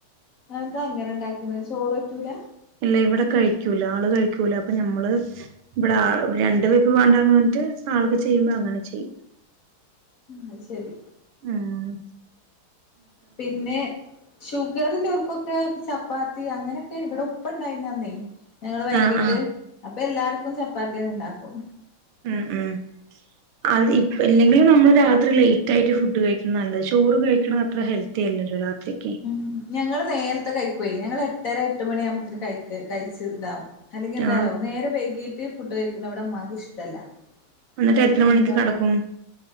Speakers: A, on the left (about 45°); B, on the right (about 85°).
A: അതെന്താ ആങ്ങനെ ഇണ്ടാക്ക്ണെ ചോറ് പറ്റൂല
B: ഇല്ല ഇവിടെ കഴിക്കൂല ആള് കഴിക്കൂല അപ്പൊ ഞമ്മള് ഇവിടെ രണ്ട് വീഭവാണ്ടാന്ന് പർഞ്ഞിട്ട് ആൾക്ക് ചെയ്യുമ്പോ അങ്ങനെ ചെയ്യും
A: അത് ശരി
B: ആഹ്
A: പിന്നെ ഷുഗറിള്ളോർകൊക്കെ ചപ്പാത്തി അങ്ങനെക്കെ ഇവിടെ ഉപ്പ ഇണ്ടായിനന്നേ ഞങ്ങള് വൈകീട്ട്
B: ആഹ് ആഹ്
A: അപ്പൊ എല്ലാർക്കും ചപ്പാത്തി തന്നെ ഇണ്ടാക്കും
B: ആഹ് ആഹ് അത് ഇല്ലെങ്കിലും നമ്മള് രാത്രി ലേറ്റ് ആയിട്ട് ഫുഡ് കഴിക്ക നല്ലെ ചോറ് കഴിക്ക്ണ അത്ര ഹെൽ ത്തില്ലല്ലോ രാത്രിക്കെ
A: മ് ഞങ്ങള് നേരത്തെ കഴിക്കേ ഞങ്ങള് എട്ടര എട്ട് മണിയ ആകുമ്പത്തേന് കയ് കഴിച്ച് ഇതാവും അല്ലെങ്കി എന്താറ്യോ
B: ആഹ്
A: നേരം വൈകീട്ട് ഫുഡ് കഴിക്കുന്ന ഇവ്ടെ ഉമ്മാക്ക് ഇഷ്ടല്ല
B: എന്നിട്ട്
A: എൻ
B: എത്ര മണിക്ക്
A: എന്താ
B: കെടക്കും